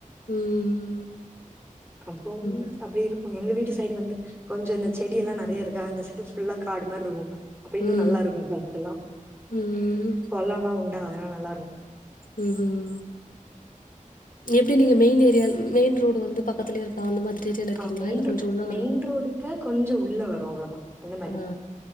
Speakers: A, on the left; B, on the right.
A: ம்
B: அப்போ
A: ம்
B: அப்டி இரு எங்க வீட்டு சைடு வந்து கொஞ்சோ இந்த செடி எல்லா நெறைய இருக்கா இந்த சைடு ஃபுல்லா காடு மாரி இருக்கு அப்ப
A: ம்
B: இன்னு நல்லா இருக்கு கர்த்தெல்லா
A: ம்
B: கொல்லலா உண்டா அதனால நல்லா இருக்கு
A: ம் ஹிம் எப்டி நீங்க மெயின் ஏரியா மெயின் ரோடு் வந்து பக்கத்துலயே இருக்கா அந்த மாதிரி ஏரியால இருக்கீங்ளா
B: ஆ மெயின்
A: இல்ல
B: ரோ
A: கொஞ்சோ உள்ள வரணுமா
B: மெயின் ரோடுக்கு கொஞ்சோ உள்ள வரு அவ்ளோதா அந்த மாரி
A: அ
B: இருக்கு